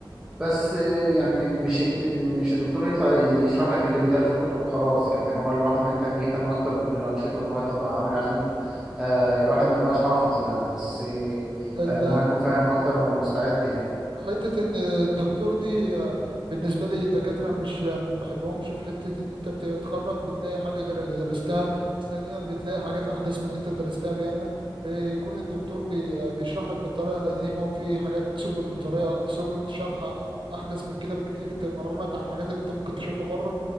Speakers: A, in the centre; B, on the right (about 80°).
A: بس يعني مش يكت... مش الدكتور يطلع يشرح لك اللي بيتقال في الكتب وخلاص يعني هو الواحد محتاج يهتم اكتر بالانشطه ان هو يطبق عملي عشان آه الواحد ما يبقاش حافظ يعني بس
B: ال-
A: آه ان هو يكون فاهم اكتر ومستعد يعني
B: حتة ان الدكتور دي آه، بالنسبة لي الدكاترة مش آه، ما بحبهمش في حتة ان انت بتتخرج بتلاقي حاجة غير اللي درستها ثانيا بتلاقي حاجات احدث من اللي انت درستها بيعمل بيكون الدكتور بي آه، بيشرح لك بالطريقة القديمة وفي حاجات سبل طريقة سبل شرح احدث من كده بكتير تمرنك على الحاجات اللي انت ممكن تشوفها بره